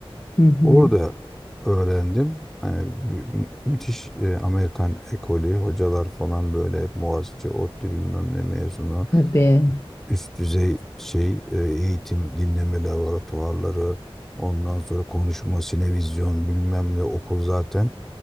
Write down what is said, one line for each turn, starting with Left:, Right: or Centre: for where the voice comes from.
Left: hı. hı.
Centre: Orada öğrendim. Hani mü- müthiş e, Amerikan ekolü, hocalar falan böyle hep Boğaziçi, ODTÜ bilmem ne mezunu
Left: Tabii.
Centre: üst düzey şey e, eğitim, dinleme laboratuvarları, ondan sonra konuşma, sinevizyon bilmem ne okul zaten